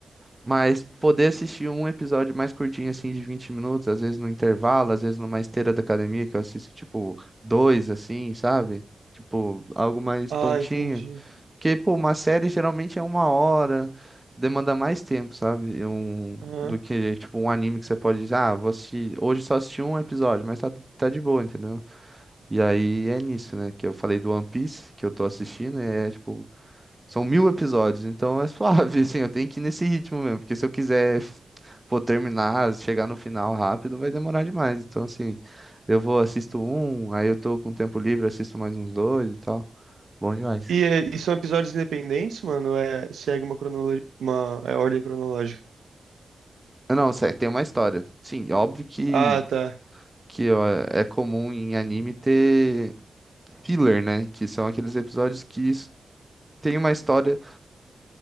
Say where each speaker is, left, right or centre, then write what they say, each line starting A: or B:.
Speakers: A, on the right; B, on the right.
A: Mas poder assistir um episódio mais curtinho, assim, de 20 minutos, às vezes no intervalo, às vezes numa esteira da academia, que eu assisto, tipo, dois, assim, sabe? Tipo, algo mais
B: Ah,
A: tontinho.
B: entendi.
A: Porque, pô, uma série geralmente é uma hora, demanda mais tempo, sabe? E Um,
B: Aham.
A: do que, tipo, um anime que você pode dizer, ah, vou assistir, hoje só assisti um episódio, mas tá, tá de boa, entendeu? E aí é nisso, né? Que eu falei do One Piece, que eu tô assistindo, e é, tipo, são mil episódios, então é suave, <laughs> assim, eu tenho que ir nesse ritmo mesmo, porque se eu quiser, f- pô, terminar, chegar no final rápido, vai demorar demais. Então, assim, eu vou, assisto um, aí eu tô com tempo livre, assisto mais uns dois e tal. Bom demais.
B: E, é- e são episódios independentes, mano? É, segue uma cronologia, uma é, ordem cronológica.
A: Ah, Não, sé- tem uma história. Sim, óbvio que,
B: Ah, tá.
A: que ó, é comum em anime ter filler, né? Que são aqueles episódios que s- tem uma história